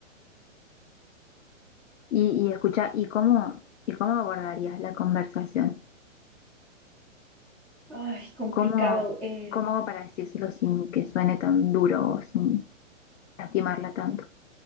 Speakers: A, on the left (about 70°); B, in the centre.
A: y, y escucha, ¿y cómo, y cómo abordarías la conversación?
B: ay, complicado.
A: ¿Cómo,
B: Eh,
A: cómo hago para decírselo sin que suene tan duro o sin lastimarla tanto?